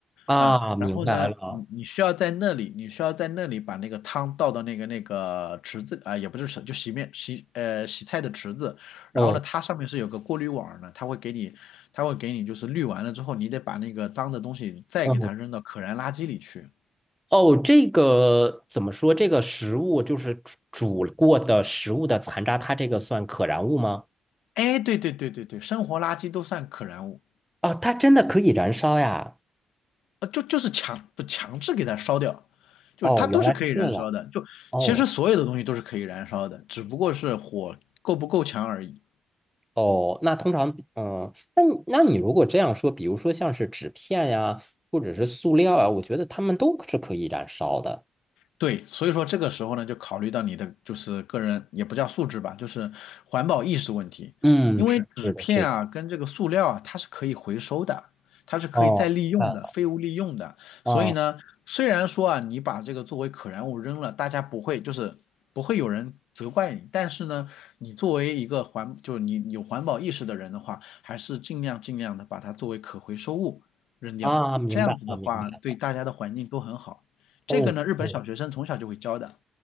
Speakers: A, in the centre; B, on the left (about 85°).
A: 啊，
B: 嗯，
A: 明白了
B: 然后呢，你你需要在那里，你需要在那里把那个汤倒到那个那个池子啊、也不是池，就洗面洗呃洗菜的池子。
A: 哦，
B: 然后呢，它上面是有个过滤网的，它会给你，它会给你就是滤完了之后，你得把那个脏的东西再给它扔到可燃垃圾里去。
A: 嗯哦，这个怎么说？这个食物就是煮煮过的食物的残渣，它这个算可燃物吗？
B: 哎，对对对对对，生活垃圾都算可燃物，
A: 啊，它真的可以燃烧呀！
B: 呃，就就是强不强制给它烧掉，就是它都是可以燃烧的，
A: 哦，原来是这样。
B: 就其实所有的东西都是可以燃烧的，
A: 哦
B: 只不过是火够不够强而已。
A: 哦，那通常，嗯，那你那你如果这样说，比如说像是纸片呀，或者是塑料啊，我觉得它们都是可以燃烧的。
B: 对，所以说这个时候呢，就考虑到你的就是个人也不叫素质吧，就是环保意识问题。
A: 嗯，
B: 因为纸片啊跟这个塑料啊，
A: 是是的，是的。
B: 它是可以回收的，它是可以再利用的，
A: 哦，明白了。
B: 废物利用的。
A: 啊
B: 所以呢，虽然说啊你把这个作为可燃物扔了，大家不会就是不会有人责怪你，但是呢，你作为一个环就是你有环保意识的人的话，还是尽量尽量的把它作为可回收物扔掉，
A: 啊，明白了，
B: 这样子的话对大家的环境都很好。
A: 明白了。哦哦
B: 这个呢，日本小学生从小就会教的。